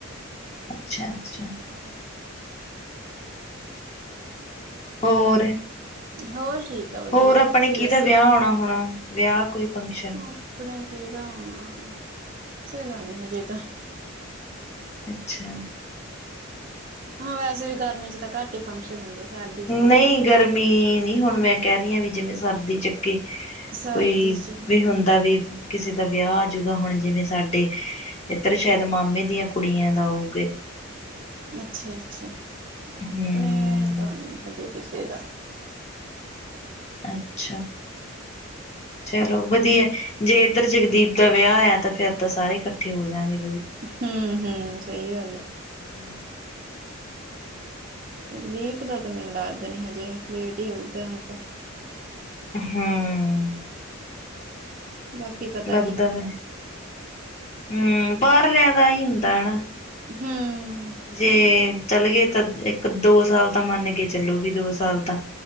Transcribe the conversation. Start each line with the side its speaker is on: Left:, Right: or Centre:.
Left: ਅੱਛਾ ਅੱਛਾ
Right: ਹੂੰ
Left: ਹੋਰ
Right: ਹੋਰ ਠੀਕ ਆ ਵਧੀਆ
Left: ਹੋਰ ਆਪਣੇ
Right: ਤੁਸੀਂ
Left: ਕਿਦਾ
Right: ਦੱਸੋ
Left: ਵਿਆਹ ਓਣਾ ਹੁਣ ਵਿਆਹ ਕੋਈ- ਫੰਕਸ਼ਨ
Right: ਆਪਣੇ ਕੀਦਾ ਓਣਾ ਕਿਸੇ ਦਾ ਨੀ ਹਜੇ ਤਾਂ।
Left: ਅੱਛਾ
Right: ਹਾਂ ਵੈਸੇ ਵੀ ਗਰਮੀ' ਚ ਤਾਂ ਘੱਟ ਈ ਫੰਕਸ਼ਨ- ਹੁੰਦੇ ਸਰਦੀ ਚ
Left: ਨਈ ਗਰਮੀ - ਪੈ ਰਿਹਾ ਆ ਜਿਵੇਂ ਸਰਦੀ ਚ ਕੇ
Right: ਸਰਦੀ
Left: ਕੋਈ
Right: ਚ ਹਮ
Left: ਵੀ ਹੁੰਦਾ ਵੀ- ਕਿਸੇ ਦਾ ਵਿਆਹ ਆਜੂਗਾ ਹੁਣ ਜਿਵੇਂ ਸਾਡੇ ਏਧਰ ਸ਼ੈਦ ਮਾਮੇ ਦੀਆਂ ਕੁੜੀਆਂ ਦਾ ਹੋਗੇ
Right: ਅੱਛਾ ਅੱਛਾ ਆਪਣੇ
Left: ਹਮ
Right: ਤਾਂ ਨੀ ਹਜੇ ਕਿਸੇ- <unintelligible>
Left: ਅੱ ਅੱਛਾ, ਚਲੋ। ਵਧੀਆ, ਜੇ ਇੱਧਰ ਜਗਦੀਪ ਦਾ ਵਿਆਹ ਹੋਯਾ ਤੇ, ਫੇਰ ਤਾਂ ਸਾਰੇ ਇਕੱਠੇ ਹੋ ਜਾਂਗੇ।
Right: ਹੂੰ -ਹੂੰ। ਸਹੀ ਗੱਲ ਹੈ।
Left: ਹੂੰ।
Right: ਦੀਪ ਦਾ ਤਾਂ ਮੈਨੂੰ ਲੱਗਦਾ ਨੀ ਹਜੇ ਲੇਟ ਹੀ ਹੋਊਗਾ ਹੁਣ ਤਾਂ।
Left: ਹਾਂ।
Right: ਬਾਕੀ ਪਤਾ
Left: ਲੱਗਦਾ
Right: ਨੀ
Left: ਵਾ ਹੂੰ। ਬਾਹਰਲਿਆਂ ਦਾ ਹੀ ਹੁੰਦਾ ਹੈਨਾ।
Right: ਹੂੰ।
Left: ਜੇ
Right: ਸਹੀ ਗੱਲ
Left: ਚੱਲੇ ਗਏ ਤਾਂ ਇੱਕ- ਦੋ ਸਾਲ ਤਾਂ ਮੰਨ ਕੇ ਚਲੋ ਵੀ ਦੋ ਸਾਲ ਤਾਂ